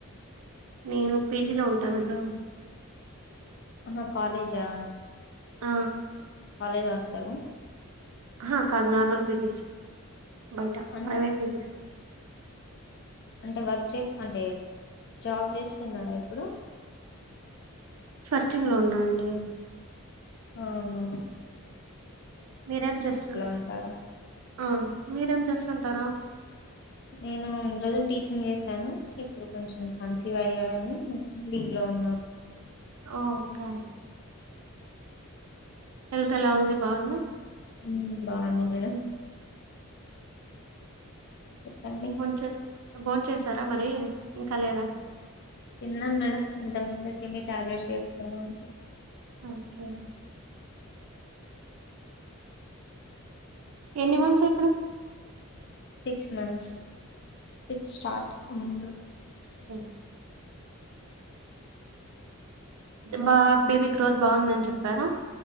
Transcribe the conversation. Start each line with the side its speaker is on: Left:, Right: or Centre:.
Right: నేను పీజీలో ఉంటానండి
Left: అహ కాలేజా
Right: ఆ
Left: కాలేజ్ హాస్టల్ ఆ
Right: అహ కాదు నార్మల్ పీజీస్ బయట
Left: అంటే
Right: ప్రైవేట్ పీజీస్
Left: అంటే వర్క్ చేసి అంటే జాబ్ చేస్తున్నారా ఇప్పుడు
Right: సర్చింగ్ లో ఉన్నానండి
Left: అవునా
Right: మీరేం చేస్తున్నారు
Left: ఉంటారా
Right: ఆ మీరేం చేస్తుంటారు
Left: నేను ఇన్ని రోజులు టీచింగ్ చేసాను ఇప్పుడు కొంచెం కన్సీవ్ అయ్యా అని లివ్లో ఉన్నాను
Right: ఓ ఓకే హెల్త్ ఎలా ఉంది బాగుందా
Left: ఉమ్ బాగుంది మేడం చెప్పండి
Right: బోన్ చేస్తు బోన్ చేస్తారా మరి ఇంకా లేదా
Left: తిన్నాం మేడం ఇంతకు ముందే తిని టాబ్లెట్స్ వేసుకున్నాం
Right: ఓకే ఎన్ని మంత్స్ ఇప్పుడు
Left: సిక్స్ మంత్స్ సిక్స్ స్టార్ట్ ఉమ్
Right: <unintelligible> బా బేబీ గ్రోత్ బాగుందని చెప్పారా